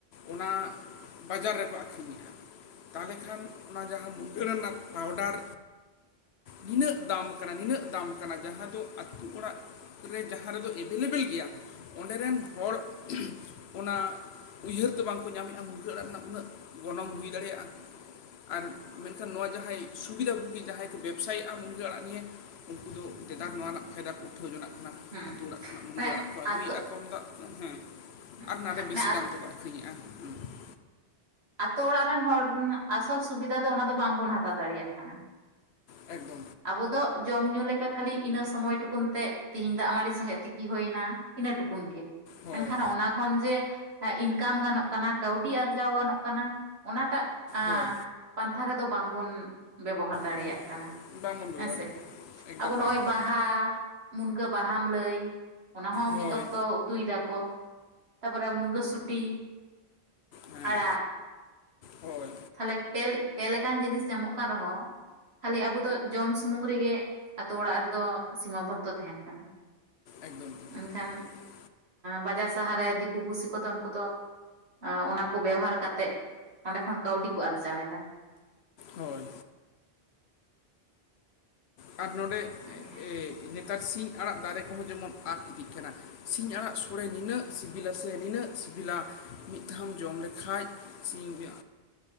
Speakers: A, on the left; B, on the right.
A: ᱚᱱᱟ ᱵᱟᱡᱟᱨ ᱨᱮᱠᱚ ᱟᱠᱷᱨᱤᱧᱮᱫᱼᱟ ᱛᱟᱦᱞᱮ ᱠᱷᱟᱱ ᱚᱱᱟ ᱡᱟᱦᱟᱸ ᱢᱩᱱᱜᱟᱹ ᱟᱲᱟᱝ ᱨᱮᱱᱟᱜ ᱯᱟᱣᱰᱟᱨ ᱱᱤᱱᱟᱹᱜ ᱫᱟᱢ ᱠᱟᱱᱟ ᱱᱤᱱᱟᱹᱜ ᱫᱟᱢ ᱠᱟᱱᱟ ᱡᱟᱦᱟᱸ ᱫᱚ ᱟᱛᱳ ᱚᱲᱟᱜ ᱨᱮ ᱡᱟᱦᱟᱸ ᱨᱮᱫᱚ ᱮᱵᱮᱞ ᱮᱵᱮᱞ ᱜᱮᱭᱟ ᱚᱸᱰᱮ ᱨᱮᱱ ᱦᱚᱲ ᱚᱱᱟ ᱩᱭᱦᱟᱹᱨ ᱫᱚ ᱵᱟᱝᱠᱚ ᱧᱟᱢᱮᱜᱼᱟ ᱢᱩᱱᱜᱟᱹ ᱟᱲᱟᱜ ᱨᱮᱱᱟᱜ ᱩᱱᱟᱹᱜ ᱜᱚᱱᱚᱝ ᱦᱩᱭ ᱫᱟᱲᱮᱭᱟᱜᱼᱟ ᱟᱨ ᱢᱮᱱᱠᱷᱟᱱ ᱱᱚᱣᱟ ᱡᱟᱦᱟᱸᱭ ᱥᱩᱵᱤᱫᱷᱟ ᱵᱩᱜᱤ ᱡᱟᱦᱟᱸᱭ ᱠᱚ ᱵᱮᱵᱽᱥᱟᱭᱮᱫᱼᱟ ᱢᱩᱱᱜᱟᱹ ᱟᱲᱟᱜ ᱱᱤᱭᱮ ᱩᱱᱠᱩ ᱫᱚ ᱫᱮᱫᱟ ᱱᱚᱣᱟ ᱨᱮᱱᱟᱜ ᱯᱷᱟᱭᱫᱟ ᱩᱴᱷᱟᱹᱣ ᱡᱚᱱᱟᱜ ᱟᱹᱛᱳ
B: ᱦᱮᱸ
A: ᱚᱲᱟᱜ ᱠᱷᱚᱱᱟᱜ ᱢᱩᱱᱜᱟᱹ
B: ᱢᱟᱱᱮ
A: ᱟᱲᱟᱜ ᱠᱚ ᱟᱹᱜᱩᱭᱮᱫᱼᱟ
B: ᱟᱛᱳ
A: ᱠᱚᱢ ᱫᱟᱜ ᱦᱮᱸ
B: ᱢᱟᱱᱮ
A: ᱟᱨ ᱱᱚᱰᱮ ᱵᱤᱥᱤ ᱫᱟᱢ ᱛᱮᱠᱚ ᱟᱠᱷᱨᱤᱧ ᱦᱩᱭᱩᱜᱼᱟ ᱦᱮᱸ <unintelligible>
B: ᱟᱛᱳ ᱚᱲᱟᱜ ᱨᱮᱱ ᱦᱚᱲ ᱟᱥᱚᱞ ᱥᱩᱵᱤᱫᱷᱟ ᱫᱚ ᱚᱱᱟ ᱫᱚ ᱵᱟᱝᱵᱚᱱ ᱦᱟᱛᱟᱣ ᱫᱟᱲᱮᱭᱟᱜ ᱠᱟᱱᱟ
A: ᱮᱠᱫᱚᱢ <inaudible>
B: ᱟᱵᱚ ᱫᱚ ᱡᱚᱢ ᱧᱩ ᱞᱮᱠᱟ ᱠᱷᱟᱹᱞᱤ ᱤᱱᱟᱹ ᱥᱚᱢᱚᱭ ᱴᱩᱠᱩᱱ ᱛᱮ ᱛᱤᱦᱤᱧ ᱫᱟᱜ ᱢᱟᱹᱲᱤ ᱥᱚᱸᱜᱮ ᱛᱮᱠᱤ ᱦᱩᱭᱱᱟ ᱤᱱᱟᱹ ᱴᱩᱠᱩᱱ ᱜᱮ
A: ᱦᱳᱭ
B: ᱢᱮᱱᱠᱷᱟᱱ ᱚᱱᱟ ᱠᱷᱚᱱ ᱡᱮ ᱟᱜ ᱤᱱᱠᱟᱢ ᱜᱟᱱᱚᱜ ᱠᱟᱱᱟ ᱠᱟᱹᱣᱰᱤ ᱟᱨᱡᱟᱣ ᱜᱟᱱᱚᱜ ᱠᱟᱱᱟ ᱚᱱᱟᱴᱟᱜ ᱮ
A: ᱦᱳᱭ
B: ᱯᱟᱱᱛᱷᱟ ᱨᱮᱫᱚ ᱵᱟᱝᱵᱚᱱ ᱵᱮᱵᱚᱦᱟᱨ ᱫᱟᱲᱮᱭᱟᱜ
A: ᱦᱩᱸ,
B: ᱠᱟᱱᱟ
A: ᱵᱟᱝᱵᱚᱱ ᱵᱮᱵᱚᱦᱟᱨᱮᱫ
B: ᱦᱮᱸᱥᱮ
A: ᱮᱠᱫᱚᱢ
B: ᱟᱵᱚ ᱱᱚᱜᱼᱚᱭ
A: ᱮᱠᱫᱚᱢ
B: ᱵᱟᱦᱟ ᱢᱩᱱᱜᱟᱹ ᱵᱟᱦᱟᱢ ᱞᱟᱹᱭ ᱚᱱᱟᱦᱚᱸ
A: ᱦᱳᱭ
B: ᱢᱤᱫ ᱚᱠᱛᱚ ᱩᱛᱩᱭ ᱫᱟᱠᱚ ᱛᱟᱨᱯᱚᱨᱮ ᱢᱩᱱᱜᱟᱹ ᱥᱩᱴᱤ
A: ᱦᱮᱸ
B: ᱟᱲᱟᱜ
A: ᱦᱳᱭ
B: ᱛᱟᱦᱚᱞᱮ ᱯᱮ ᱯᱮ ᱞᱮ ᱠᱟᱱ ᱡᱤᱱᱤᱥ ᱧᱟᱢᱚᱜ ᱠᱟᱱ ᱨᱮᱦᱚᱸ ᱠᱷᱟᱹᱞᱤ ᱟᱵᱚ ᱫᱚ ᱡᱚᱢ ᱥᱩᱢᱩᱝ ᱨᱮᱜᱮ ᱟᱛᱳ ᱚᱲᱟᱜ ᱨᱮᱫᱚ ᱥᱤᱢᱟ ᱵᱚᱫᱽᱫᱷᱚ ᱛᱟᱦᱮᱱ ᱠᱟᱱᱟ
A: ᱮᱠᱫᱚᱢ <inaudible>
B: ᱢᱮᱱᱠᱷᱟᱱ ᱵᱟᱡᱟᱨ ᱥᱟᱦᱟᱨ ᱨᱮ ᱫᱤᱠᱩ ᱯᱩᱥᱤ ᱠᱚᱫᱚ ᱩᱱᱠᱩ ᱫᱚ ᱚᱱᱟ ᱠᱚ ᱵᱮᱣᱦᱟᱨ ᱠᱟᱛᱮᱫ ᱚᱰᱮᱸ ᱠᱷᱚᱱ ᱠᱟᱹᱣᱰᱤ ᱠᱚ ᱟᱨᱡᱟᱣ ᱮᱫᱟ
A: ᱦᱳᱭ ᱟᱨ ᱱᱚᱸᱰᱮ
B: ᱚᱱᱟᱜᱮ
A: ᱱᱮᱛᱟᱨ ᱥᱤᱧ ᱟᱲᱟᱜ ᱫᱟᱨᱮ ᱠᱚᱦᱚᱸ ᱡᱮᱢᱚᱱ ᱟᱫ ᱤᱫᱤᱜ ᱠᱟᱱᱟ ᱥᱤᱧ ᱟᱲᱟᱜ ᱥᱳᱲᱮ ᱱᱤᱱᱟᱹᱜ ᱥᱤᱵᱤᱞᱟ ᱥᱮ ᱱᱤᱱᱟᱹᱜ ᱥᱤᱵᱤᱞᱟ ᱢᱤᱫ ᱫᱷᱟᱣᱢ ᱡᱚᱢ ᱞᱮᱠᱷᱟᱱ ᱠᱷᱟᱡ